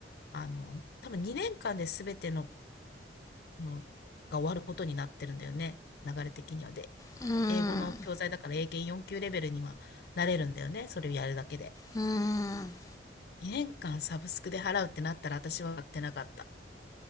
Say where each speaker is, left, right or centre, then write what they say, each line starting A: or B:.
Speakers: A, on the left; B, on the left.
A: あの、多分2年間で全ての、のが終わることになってるんだよね。流れ的にはで。
B: うん、
A: 英語の教材だから英検4級レベルにはなれるんだよね。それをやるだけで。
B: うん。
A: 2年間サブスクで払うってなったら私はやってなかった。